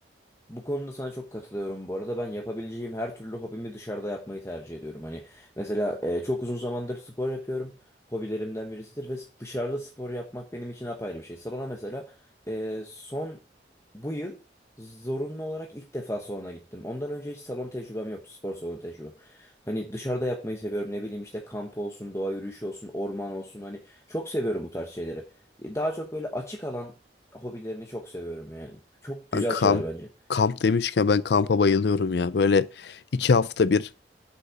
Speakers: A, on the left (about 15°); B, on the left (about 65°).
A: Bu konuda sana çok katılıyorum. Bu arada ben yapabileceğim her türlü hobimi dışarıda yapmayı tercih ediyorum. Hani mesela e, çok uzun zamandır spor yapıyorum. Hobilerimden birisidir ve dışarıda spor yapmak benim için apayrı bir şey. Salona mesela e, son bu yıl zorunlu olarak ilk defa salona gittim. Ondan önce hiç salon tecrübem yoktu, spor salonu tecrübem. Hani dışarıda yapmayı seviyorum. Ne bileyim işte kamp olsun, doğa yürüyüşü olsun, orman olsun. Hani çok seviyorum bu tarz şeyleri. E, Daha çok böyle açık alan hobilerini çok seviyorum yani. Çok güzel
B: Ben kamp,
A: şeyler bence.
B: kamp demişken ben kampa bayılıyorum ya. Böyle iki hafta bir